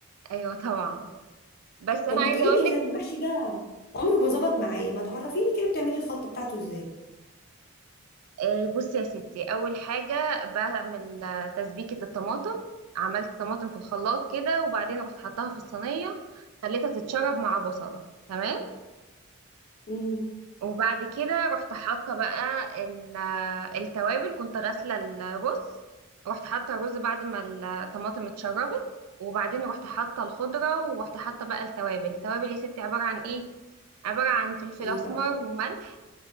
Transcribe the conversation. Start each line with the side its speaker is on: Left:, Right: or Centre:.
Right: ايوه طبعا بس انا
Left: طب ما
Right: عايزه
Left: تقولي
Right: اقول
Left: لي
Right: لك
Left: كده أنا المحشي ده عمره ما ظبط معايا ما تعرفيني كده بتعملي الخلطه بتاعته ازاي
Right: آه، بصي يا ستي اول حاجه بعمل آه، تسبيكه الطماطم عملت طماطم في الخلاط كده وبعدين رحت حطاها في الصينيه خليتها تتشرب مع بصله تمام
Left: امم
Right: وبعد كده رحت حاطه بقى ال- التوابل كنت غاسله الرز رحت حاطه الرز بعد ما الطماطم اتشربت وبعدين رحت حاطه الخضره ورحت حاطه بقى التوابل التوابل يا ستي عباره عن ايه عباره عن فلفل
Left: ايه
Right: اسمر
Left: بقى
Right: وملح